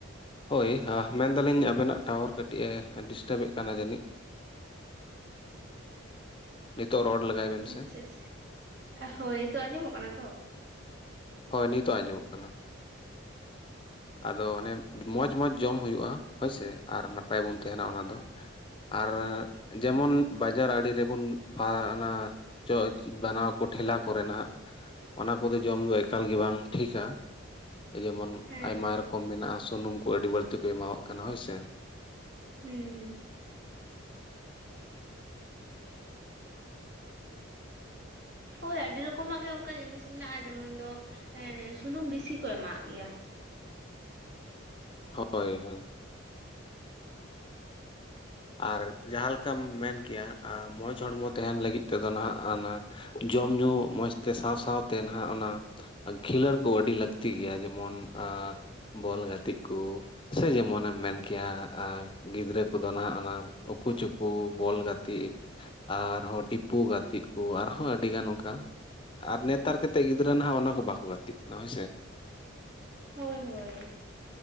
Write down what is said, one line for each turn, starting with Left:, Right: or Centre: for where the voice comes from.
Left: ᱦᱚᱭ ᱦᱟᱸ ᱢᱮᱱᱫᱟᱞᱤᱧ ᱟ. ᱵᱤᱱᱟᱜ ᱴᱟᱣᱟᱨ ᱠᱟᱹᱴᱤᱡᱼ ᱮ ᱰᱤᱥᱴᱟ. ᱵᱮ ᱠᱟᱱᱟ ᱡᱟᱹᱱᱤᱡ᱾ ᱱᱤᱛᱚᱜ ᱨᱚᱲ ᱞᱮᱜᱟᱭ
Right: <unintelligible>
Left: ᱵᱮᱱ ᱥᱮ ᱦᱚᱭ ᱱᱤᱛᱚᱜ ᱟᱸᱡᱚᱢᱚᱜ ᱠᱟᱱᱟ᱾ ᱟᱫᱚ ᱚᱱᱮ ᱢᱚᱸᱡᱽ-ᱢᱚᱸᱡᱽ ᱡᱚᱢ ᱦᱩᱭᱩᱜᱼᱟ ᱦᱚᱭᱥᱮ ᱟᱨ ᱱᱟᱯᱟᱭ ᱵᱚᱱ ᱛᱟᱦᱮᱱᱟ ᱚᱱᱟ ᱫᱚ᱾ ᱟᱨ ᱡᱮᱢᱚᱱ ᱵᱟᱡᱟᱨ ᱟᱲᱮ ᱨᱮᱵᱚᱱ ᱯᱷᱟ ᱱᱟ ᱪᱚ ᱵᱟᱱᱟᱣ ᱠᱚ ᱴᱷᱮᱞᱟ ᱠᱚᱨᱮ ᱱᱟᱜ ᱚᱱᱟ ᱠᱚᱫᱚ ᱡᱚᱢ ᱫᱚ ᱮᱠᱟᱞ ᱜᱮ ᱵᱟᱝ ᱴᱷᱤᱠᱟ᱾ ᱡᱮᱢᱚᱱ
Right: ᱦᱮᱸ
Left: ᱟᱭᱢᱟ
Right: ᱦᱮᱸ
Left: ᱨᱚᱠᱚᱢ ᱢᱮᱱᱟᱜᱼᱟ ᱥᱩᱱᱩᱢ ᱠᱚ ᱟᱹᱰᱤ ᱵᱟᱹᱲᱛᱤ ᱠᱚ ᱮᱢᱟᱣᱟᱜ ᱠᱟᱱᱟ ᱦᱚᱭᱥᱮ᱾
Right: ᱦᱩᱸ᱾ ᱦᱚᱭ ᱟᱹᱰᱤ ᱨᱚᱠᱚᱢᱟᱜ ᱜᱮ ᱚᱱᱠᱟ ᱡᱤᱱᱤᱥ ᱢᱮᱱᱟᱜᱼᱟ ᱡᱮᱢᱚᱱ ᱫᱚ ᱮ ᱥᱩᱱᱩᱢ ᱵᱤᱥᱤ ᱠᱚ ᱮᱢᱟᱜᱟᱜ ᱜᱮᱭᱟ᱾
Left: ᱦᱚᱭ-ᱦᱚᱭ᱾ ᱟᱨ ᱡᱟᱦᱟᱸ ᱞᱮᱠᱟᱢ ᱢᱮᱱ ᱠᱮᱭᱟ ᱟ ᱢᱚᱡᱽ ᱦᱚᱲᱢᱚ ᱛᱟᱦᱮᱱ ᱞᱟᱹᱜᱤᱫ ᱛᱮᱫᱚ ᱱᱟᱦᱟᱜ ᱟᱱᱟ ᱡᱚᱢ ᱧᱩ ᱢᱚᱡ ᱛᱮ ᱥᱟᱶ ᱥᱟᱶᱛᱮ ᱱᱟᱦᱟᱜ ᱚᱱᱟ ᱠᱷᱤᱞᱟᱹᱲ ᱠᱚ ᱟᱹᱰᱤ ᱞᱟᱹᱠᱛᱤ ᱜᱮᱭᱟ ᱡᱮᱢᱚᱱ -ᱟ᱾ ᱵᱚᱞ ᱜᱟᱛᱮ ᱠᱚ ᱥᱮ ᱡᱮᱢᱚᱱᱮᱢ ᱢᱮᱱ ᱠᱮᱭᱟ ᱜᱤᱫᱽᱨᱟᱹ ᱠᱚᱫᱚ ᱱᱟᱦᱟᱜ ᱩᱠᱩ ᱪᱩᱠᱩ ᱵᱚᱞ ᱜᱟᱛᱮ ᱟᱨᱦᱚᱸ ᱴᱤᱯᱩ ᱜᱟᱛᱮ ᱠᱚ ᱟᱨᱦᱚᱸ ᱟᱹᱰᱤᱜᱟᱱ ᱚᱱᱠᱟ ᱟᱨ ᱱᱮᱛᱟᱨ ᱠᱟᱛᱮᱫ ᱜᱤᱫᱽᱨᱟᱹ ᱱᱟᱦᱟᱜ ᱚᱱᱟ ᱠᱚ ᱵᱟᱠᱚ ᱜᱟᱛᱮᱜ ᱠᱟᱱᱟ ᱦᱚᱭᱥᱮ᱾
Right: ᱦᱚᱭ-ᱦᱚᱭ᱾